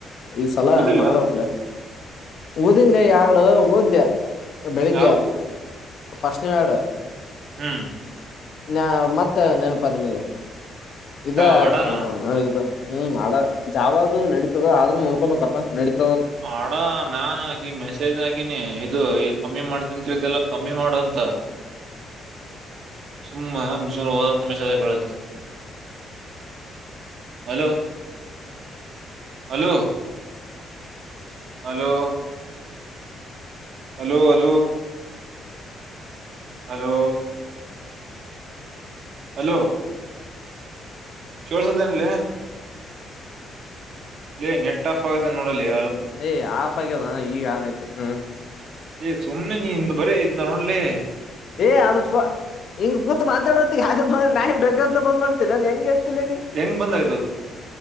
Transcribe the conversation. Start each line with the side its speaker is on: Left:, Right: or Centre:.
Left: ಈ ಸಲ
Right: ಓದಿಲ್ಲ
Left: ಮಾಡ್ಬೇಕಕ್ಲ ಓದಿಲ್ಲೆ ಎರಡು ಓದೆ ಬೆಳಿಗ್ಗೆ
Right: ಯಾವ
Left: ಫ್ರಿಸ್ಟ್ಎರಡು
Right: ಹ್ಮ್
Left: ಹ ಮತ್ತೆ ನೆನಪಾದೆ ನೀಗ ಇದೇ
Right: ಯಾವ
Left: ಆಗತ್ತಬುಡು
Right: ಅಡಾನ
Left: ಹ್ಮ ಮಾಡ ಜಾವ ನಡೀತದೆ ಆದ್ರೂ ನೋಕೋಬೇಕಪ್ಪ ನಡತ
Right: ಹಡಾ ನಾಹಾಕಿ ಮೆಸೇಜ್ ಹಾಕಿನಿ ಇದು ಈ ಕಮ್ಮಿ ಮಾಡ್ತನ್ತ್ರಿ ಇದೆಲ್ಲ ಕಮ್ಮಿ ಮಾಡು ಅಂತ ಸುಮ್ಮ ಮುಚ ಹೋಗು ಅಂತ ಮೇಸಾಜ್ ಹಾಕ್ಲ ಹಾಕಿ hello hello hello hello hello hello ಕೊಳಸಾದೆಂಲೇ ಇಲ್ಲ ನೆಟ್ ಆಫ್ ಆಗಿದೆ ನೋಡಲ್ಲಿ
Left: ಹೇ ಆಫ್ ಆಗ್ಯದ ಈಗ ಆನ್ಆಯ್ತು ಹಾ
Right: ಏ ಸುಮ್ನೆ ನೀಂದು ಬರೀ ಇದ್ದ ನೋಡ್ಲೇ
Left: ಏ ಅದು ಹಿಂಗ ಕೂತ್ ಮಾತಾಡೋ ನಾ ಬೆೇಕದ್ಲ ಬಂದ್ ಮಾಡ್ತೀನಿ ನಾನ ಹೆಂಗ ಇತಿಲ್ಲೇ ನೀ
Right: ಹೆಂಗ್ ಬಂದಾಯ್ತದು